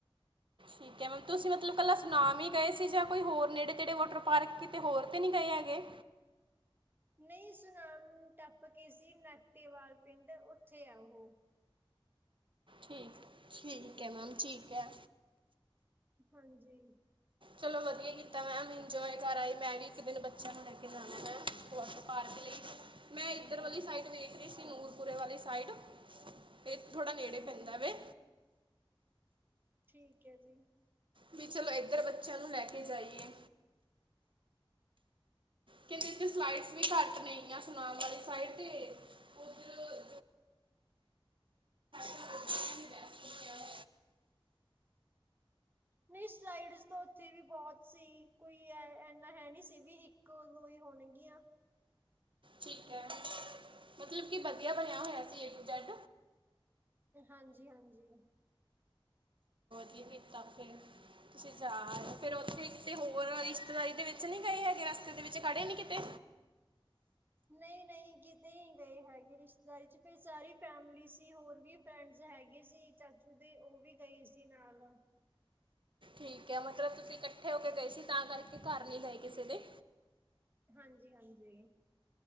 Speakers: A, on the right; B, on the right.
A: ਠੀਕ ਏ, ਮੈਮ ਤੁਸੀਂ ਮਤਲਬ ਕੱਲਾ ਸੁਨਾਮ ਈ ਗਏ ਸੀ ਜਾਂ ਕੋਈ ਹੋਰ ਨੇੜੇ-ਤੇੜੇ ਵਾਟਰ ਪਾਰਕ ਕਿਤੇ ਹੋਰ ਤੇ ਨਹੀਂ ਗਏ ਹੈਗੇ?
B: ਨਈ ਸੁਣਾਮ ਟੱਪ ਕੇ ਸੀ ਨਾਟੇਵਾਲ ਪਿੰਡ ਉੱਥੇ ਆ ਓ।
A: ਠੀਕ- ਠੀਕ ਐ ਮੈਮ, ਠੀਕ ਐ।
B: ਹਾਂਜੀ।
A: ਚਲੋਂ ਵਧੀਆਂ ਕੀਤਾਂ ਮੈਂਮ ਇਨਜੋਏ ਕਰ ਆਏ, ਮੈਂ ਵੀ ਇੱਕ ਦਿਨ ਬੱਚਿਆਂ ਨੂੰ ਲੈ ਕੇ ਜਾਣਾ ਮੈ ਪਾਰਕ ਲਈ, ਮੈਂ ਇੱਧਰ ਵਾਲੀ ਸਾਈਡ ਵੇਖ ਰਹੀ ਸੀ ਨੂਰਪੁਰੇ ਵਾਲੀ ਸਾਈਡ ਤੇ ਥੋੜਾ ਨੇੜੇ ਪੈਂਦਾ
B: ਠੀਕ
A: ਵੇ
B: ਹੈ ਜੀ। ਠੀਕ ਹੈ ਜੀ।
A: ਵੀ ਚਲੋ ਏਧਰ ਬੱਚਿਆਂ ਨੂੰ ਲੈ ਕੇ ਜਾਈਏ ਕਹਿੰਦੇ ਇੱਥੇ ਸਲਾਈਡਸ ਵੀ ਘੱਟ ਨੇ ਹੈਗੀਆ, ਸੁਨਾਮ ਵਾਲੀ ਸਾਈਡ ਤੇ ਉੱਧਰ ਦਾ ਉਹ ਬੈਸਟ ਬਣਿਆ ਹੋਇਆ
B: ਨਹੀਂ ਸਲਾਈਡਸ ਤਾਂ ਉੱਥੇ ਵੀ ਬਹੁਤ ਸੀ, ਕੋਈ ਐਨਾ ਹੈਨੀ ਸੀ ਵੀ ਇੱਕ -ਕ ਦੋ ਈ ਹੋਣਗੀਆਂ।
A: ਠੀਕ ਹੈ ਮਤਲਬ ਵਧੀਆ ਬਣਿਆਂ ਹੋਇਆਂ ਸੀ ਏ ਟੂ ਜੈਡ
B: ਹਾਂਜੀ -ਹਾਂਜੀ।
A: ਕੀ ਕੀਤਾ ਫਿਰ ਤੁਸੀਂ ਜਾ ਆਏਂ, ਫਿਰ ਉੱਥੇ ਕਿਤੇ ਹੋਰ ਰਿਸ਼ਤੇਦਾਰੀ ਦੇ ਵਿੱਚ ਨੀ ਗਏ ਹੈਗੇ, ਰਸਤੇ ਦੇ ਵਿੱਚ ਖੜੇ ਨੀ ਕਿਤੇ
B: ਨਹੀਂ‍- ਨਹੀਂ ਕਿਤੇ ਨੀ ਗਏ ਹੈਗੇ ਰਿਸ਼ਤੇਦਾਰੀ ਚ, ਫਿਰ ਸਾਰੀ ਫੈਮਲੀ ਸੀ ਹੋਰ ਵੀ ਫਰੈਂਡਸ ਹੈਗੇ ਸੀ, ਚਾਚੂ ਦੇ ਓ‌ ਵੀ ਗਏ ਸੀ ਨਾਲ
A: ਠੀਕ ਹੈ ਮਤਲਬ ਤੁਸੀਂ ਇਕੱਠੇ ਹੋ ਕੇ ਗਏ ਸੀ, ਤਾਂ ਕਰਕੇ ਘਰ ਨੀ ਗਏ ਕਿਸੇ ਦੇ
B: ਹਾਂਜੀ -ਹਾਂਜੀ।